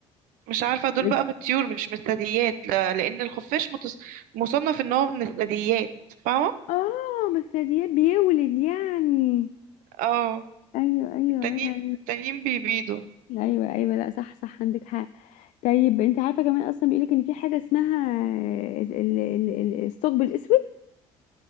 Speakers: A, on the right; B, on the left.
A: مش عارفة دول
B: رج...
A: بقى من الطيور مش من الثدييات لا- لأن الخفاش متص... مصنف إن هو من الثدييات فاهمة؟
B: اه مثليات بيولد يعني
A: اه
B: ايوه ايوه
A: التانيين
B: انا
A: التانيين بيبيضوا
B: ايوه ايوه لا صح صح عندك حق طيب انت عارفه كمان اصلا بيقولك ان في حاجه اسمها ال- ال- ال- الثقب الاسود